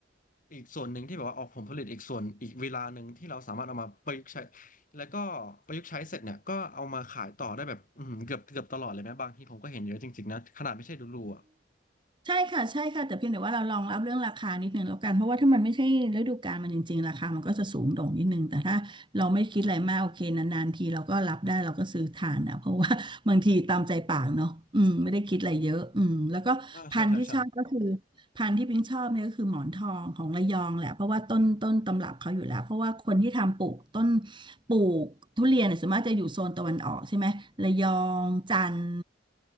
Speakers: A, on the left; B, on the right.
A: อีกส่วนหนึ่งที่แบบว่าออกผลผลิตอีกส่วนอีกเวลาหนึ่งที่เราสามารถเอามาประยุกต์ใช้แล้วก็ประยุกต์ใช้เสร็จเนี่ยก็เอามาขายต่อได้แบบอือหือเกือบเกือบตลอดเลยไหมบางทีผมก็เห็นเยอะจริงๆนะขนาดไม่ใช่ดูรูอ่ะ
B: ใช่ค่ะใช่ค่ะแต่เพียงแต่ว่าเราลองรับเรื่องราคานิดนึงแล้วกันเพราะว่าถ้ามันไม่ใช่ฤดูกาลมันจริงๆราคามันก็จะสูงโด่งนิดนึงแต่ถ้าเราไม่คิดอะไรมากโอเคนานๆทีเราก็รับได้เราก็ซื้อทานนะเพราะว่า <laughs> บางทีตามใจปากเนาะอืมไม่ได้คิดอะไรเยอะอืมแล้วก็พันธุ์ที่ชอบก็คือ
A: อ่าใช่ใช่ใช่
B: พันธุ์ที่พิงชอบเนี่ยก็คือหมอนทองของระยองแหละเพราะว่าต้นต้นตำรับเขาอยู่แล้วเพราะว่าคนที่ทำปลูกต้น ปลูกทุเรียนเนี่ยส่วนมากจะอยู่โซนตะวันออกใช่ไหมระยองจันทร์